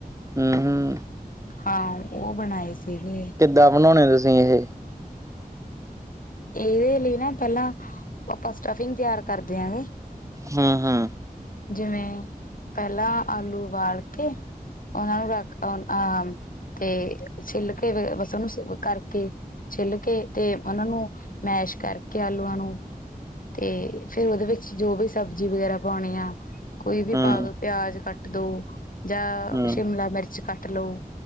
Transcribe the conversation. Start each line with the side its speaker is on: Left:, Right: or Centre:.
Right: ਆਂ ਹਾਂ।
Left: ਹਾਂ, ਓ ਬਣਾਏ ਸੀਗੇ।
Right: ਕਿੱਦਾਂ ਬਣਾਓਣੇ ਤੁਸੀਂ ਏਹੇ?
Left: ਏਦੇ ਲਈ ਨਾ ਪੈਲਾਂ ਆਪਾਂ ਸਟਫਿੰਗ ਤਿਆਰ ਕਰਦੇ ਹਾਂਗੇ
Right: ਹਾਂ-ਹਾਂ।
Left: ਜਿਵੇਂ, ਪੈਲਾਂ ਆਲੂ ਬਾਲ ਕੇ ਓਨਾਂ ਨੂੰ ਰੱਖ ਆ ਤੇ ਛਿੱਲ ਕੇ, ਫੇਰ ਬਸ ਓਨੂੰ ਕਰਕੇ ਛਿੱਲ ਕੇ ਤੇ ਓਨਾਂ ਨੂੰ ਮੈਸ਼ ਕਰਕੇ ਆਲੂਆਂ ਨੂੰ ਤੇ ਫੇਰ ਓਦੇ ਵਿੱਚ ਜੋ ਵੀ ਸਬਜ਼ੀ ਵਗੈਰਾ ਪਾਨੀ ਆ ਕੋਈ ਵੀ
Right: ਹਮ
Left: ਪਾ ਦੋ, ਪਿਆਜ ਕੱਟ ਦੋ ਜਾਂ
Right: ਹਮ
Left: ਸ਼ਿਮਲਾ ਮਿਰਚ ਕੱਟ ਲੋ